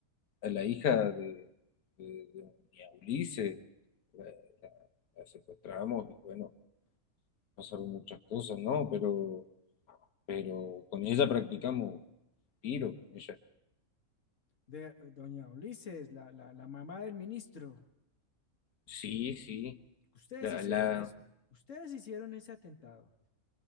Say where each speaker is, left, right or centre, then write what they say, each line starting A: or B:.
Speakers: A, on the left; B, on the left.
A: a la hija de, de, de mi Ulises la, la- la secuestramos y bueno, pasaron muchas cosas, ¿no? Pero, pero con ella practicamos tiro, con ella.
B: de eh, doña Ulises, la, la, la mamá del ministro.
A: Sí, sí.
B: Ustedes
A: La,
B: hicieron
A: la,
B: eso, ustedes hicieron ese atentado.